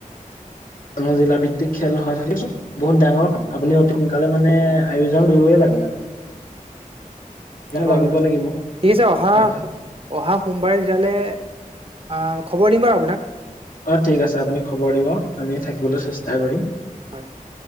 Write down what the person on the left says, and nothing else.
অ', জিলা ভিত্তিক খেল হয় <unintelligible> বহুত ডাঙৰ আপুনি অতি সোনকালে মানে আয়োজন কৰিবই লাগে আৰু।
লাগিব
লাগিব
হয় হয়
অ', ঠিক আছে আপুনি খবৰ দিব আমি থাকিবলৈ চেষ্টা কৰিম।